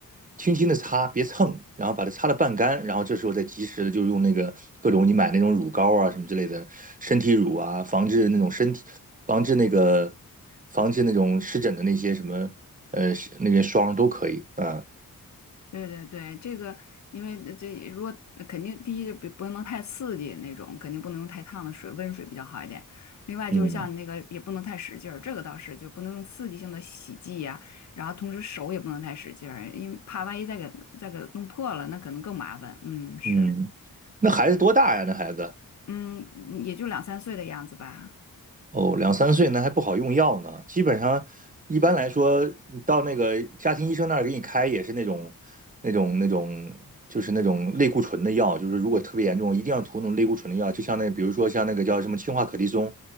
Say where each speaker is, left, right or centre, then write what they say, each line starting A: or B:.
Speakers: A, on the right; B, on the left.
A: 轻轻的擦，别蹭，然后把它擦得半干，然后这时候再及时的就用那个各种你买那种乳膏啊什么之类的身体乳啊，防治那种身体，防治那个防治那种湿疹的那些什么呃那个霜都可以啊，
B: 对对对，这个因为呃这如果呃肯定第一就别不能太刺激那种，肯定不能用太烫的水，温水比较好一点。另外就是像那个也不能太使劲儿，
A: 嗯
B: 这个倒是就不能用刺激性的洗剂呀、然后同时手也不能太使劲儿，因为怕万一再给再给弄破了，那可能更麻烦。嗯，是，
A: 嗯，那孩子多大呀？那孩子？
B: 嗯，嗯也就两三岁的样子吧。
A: 哦，两三岁那还不好用药呢。基本上，一般来说，你到那个家庭医生那儿给你开也是那种、那种、那种，就是那种类固醇的药。就是如果特别严重，一定要涂那种类固醇的药。就像那，比如说像那个叫什么氢化可的松，